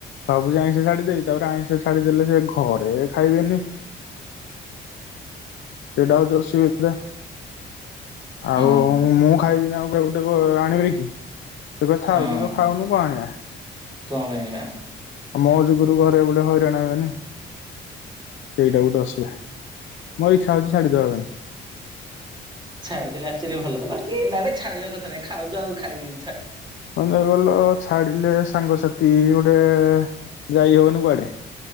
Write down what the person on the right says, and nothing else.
ହଁ
ହଁ
କଣ ପାଇଁ ଆଣିବା
ଛାଡିଦେଲେ ଆକ୍ଚୁଆଲି ଭଲ ବାକି ନାଇଁ ଛାଡିବା କଥା ନାଇଁ ଖାଉଛ ଆଉ ଖାଇବି।